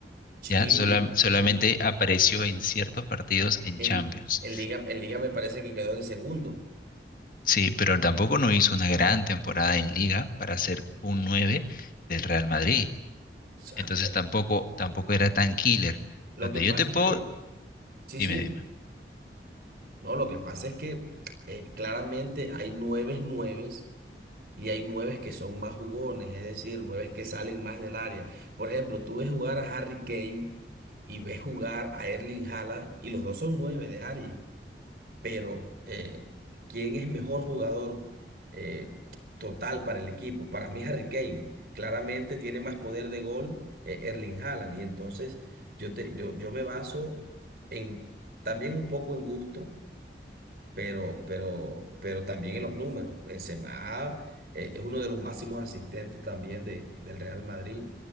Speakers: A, on the right; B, on the left.
A: Sí,
B: ¿ya?
A: en,
B: Sola-
A: li-
B: solamente
A: en-
B: apareció en ciertos partidos en
A: en-
B: Champions.
A: en liga, en liga me parece que quedó de segundo. O
B: Sí, pero tampoco no hizo una gran temporada en Liga para ser un 9 del Real Madrid.
A: sea,
B: Entonces
A: co-
B: tampoco, tampoco era tan killer.
A: lo
B: Donde
A: que pasa
B: yo te puedo,
A: es que, sí,
B: dime,
A: sí,
B: dime.
A: no, lo que pasa es que eh, claramente hay nueves nueves y hay nueves que son más jugones, es decir, nueves que salen más del área. Por ejemplo, tú ves jugar a Harry Kane y ves jugar a Erling Haaland y los dos son nueve de área. pero eh, ¿quién es mejor jugador eh, total para el equipo? Para mí Harry Kane. Claramente tiene más poder de gol eh, Erling Haaland. Y entonces yo, te, yo, yo me baso en también un poco en gusto, pero, pero, pero también en los números. Benzema eh, es uno de los máximos asistentes también de, del Real Madrid,